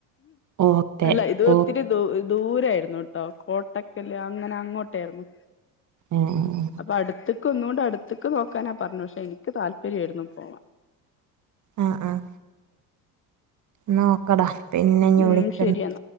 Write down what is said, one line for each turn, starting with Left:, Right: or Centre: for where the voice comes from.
Right: ഓക്കെ
Left: അല്ല ഇത്
Right: ഓ
Left: ഇത്തിരി ദൂ ദൂരെയിരുന്നുട്ടോ കോട്ടക്കല് അങ്ങനെ അങ്ങോട്ടേര്ന്നു.
Right: ഏഹ് ഏഹ്
Left: അപ്പൊ അട്ത്ക്ക് ഒന്നുകൊണ്ട് അട്ത്ക്ക് നോക്കാനാ പർഞ്ഞ പക്ഷെ ഇൻക്ക് താല്പര്യംആരുന്നു പോവാൻ.
Right: ആഹ് ആഹ് ന്നഓക്കടാ പിന്നെഞ്ഞി
Left: ഉം
Right: വിളിക്കണ്ട്
Left: ശരിയെന്നാ